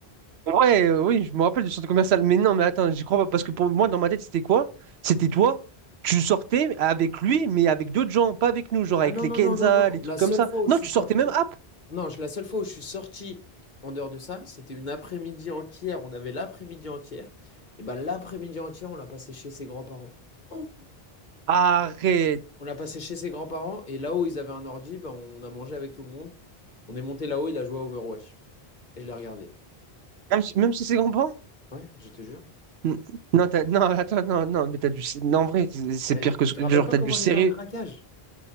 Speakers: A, on the right; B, on the left.
A: Ouais, euh, oui, je me rappelle du centre commercial. Mais non, mais attends, j'y crois pas. Parce que pour moi, dans ma tête, c'était quoi? C'était toi, tu sortais avec lui, mais avec d'autres gens, pas avec nous, genre avec
B: Ah non,
A: les
B: non,
A: Kenza,
B: non, non, non.
A: les trucs
B: La seule
A: comme ça.
B: fois où
A: Non,
B: je suis
A: tu
B: sorti.
A: sortais même hop.
B: Non, je- la seule fois où je suis sorti en dehors de ça, c'était une après-midi entière. On avait l'après-midi entière. Et ben l'après-midi entière, on l'a passé chez ses grands-parents. Oh.
A: Arrête.
B: On l'a passé chez ses grands-parents et là-haut, ils avaient un ordi, ben, on a mangé avec tout le monde. On est monté là-haut, il a joué à Overwatch. Et je l'ai regardé.
A: Même si, même si c'est grand-parents?
B: Ouais, je te jure.
A: N- Non, t'as- non, attends, non, non, mais t'as du. Non, en vrai, c'est c'est
B: Ouais,
A: pire que.
B: tu
A: ce-
B: te rappelles
A: Genre,
B: pas
A: t'as
B: comment
A: du serré.
B: j'étais en craquage?